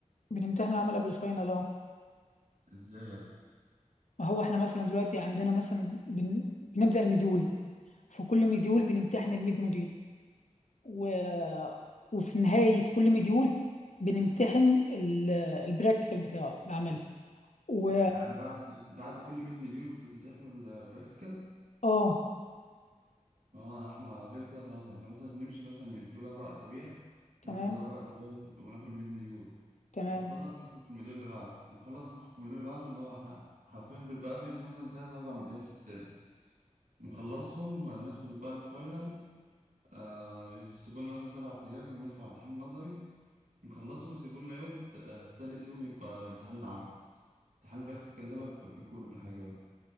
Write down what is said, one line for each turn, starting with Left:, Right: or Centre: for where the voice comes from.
Left: بنمتحن العمل قبل الفاينل اه
Right: ازاي يا ابني؟
Left: ما هو احنا مثلا دلوقتي عندنا مثلا بن... بنبدأ المديول في كل مديول بنمتحن الميد موديول و... وفي نهاية كل مديول بنمتحن ال... البراكتيكال بتاعه العملي و
Right: يعني بعد بعد كل 100 مليون بتمتحنوا البراكتيكال؟
Left: اه
Right: اه احنا غير كده خلاص احنا مثلا بنمشي مثلا المديول أربع أسابيع
Left: تمام
Right: ناخد الأربع أسابيع وناخد ال 100 مليون
Left: تمام
Right: نخلص ندخل في المديول اللي بعده ونخلص ندخل في المديول اللي بعده اللي هو احنا حرفيا بيبقى افريج مثلا تلاتة أربع مليون في الترم نخلصهم ندخل بقى الفاينل آه يسيبوا لنا مثلا سبع أيام وندخل على امتحان نظري نخلصه ويسيبوا لنا يوم ت- آه، تالت يوم يبقى الامتحان العملي امتحان البراكتيكال ده بقى بيبقى فيه كل حاجة بقى